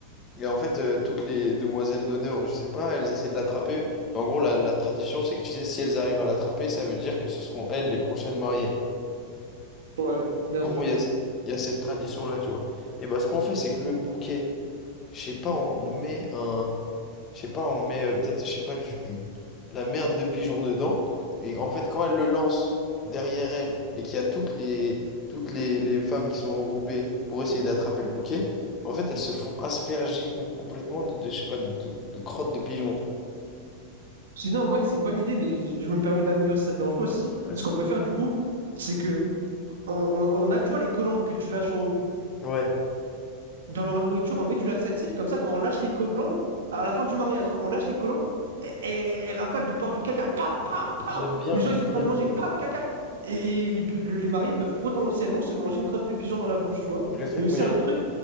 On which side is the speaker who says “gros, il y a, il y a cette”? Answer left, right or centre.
Left